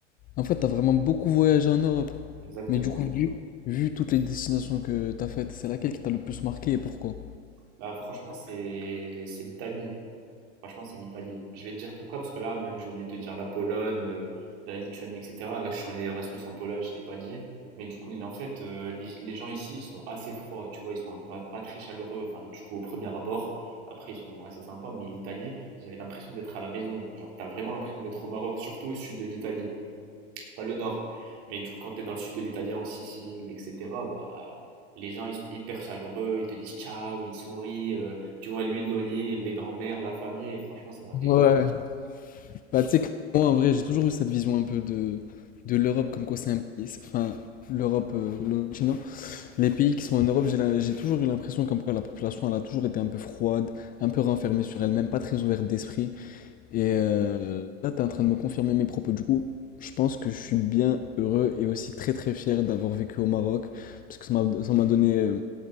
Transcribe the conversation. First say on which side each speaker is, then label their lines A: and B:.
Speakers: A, on the left; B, on the right.
A: En fait, t'as vraiment beaucoup voyagé en Europe.
B: Exactement.
A: Mais du coup, vu, vu toutes les destinations que t'as faites, c'est laquelle qui t'a le plus marqué et pourquoi?
B: Bah, franchement, c'est c'est l'Italie. Franchement, c'est l'Italie. Je vais te dire pourquoi, parce que là, même, j'ai oublié de te dire la Pologne, euh, la Lituanie, etc. Là, je suis en Erasmus en Pologne, je t'ai pas dit. Mais du coup, en fait, euh, les, les gens ici, ils sont assez froids, tu vois, ils sont un peu- pas très chaleureux. Enfin, du coup, au premier abord, après, ils sont assez sympas. Mais l'Italie, j'avais l'impression d'être à la maison. Genre, t'as vraiment l'impression d'être au Maroc, surtout au sud de l'Italie pas le nord, mais du coup, quand tu es dans le sud de l'Italie en Sicile, etc., bah, les gens, ils sont hyper chaleureux, ils te disent ciao, ils sourient, euh, tu vois, l'huile d'olive, les grands-mères, la famille, et franchement, ça m'avait
A: Ouais.
B: vraiment...
A: Bah, tu sais que moi, en vrai, j'ai toujours eu cette vision un peu de, de l'Europe, comme quoi c'est un pays. c'est- Enfin, l'Europe, euh, le continent. Les pays qui sont en Europe, j'ai la- j'ai toujours eu l'impression comme quoi la population, elle a toujours été un peu froide, un peu renfermée sur elle-même, pas très ouverte d'esprit. Et euh, là, t'es en train de me confirmer mes propos. Du coup, je pense que je suis bien heureux et aussi très très fier d'avoir vécu au Maroc, parce que ça m'a ça m'a donné, euh,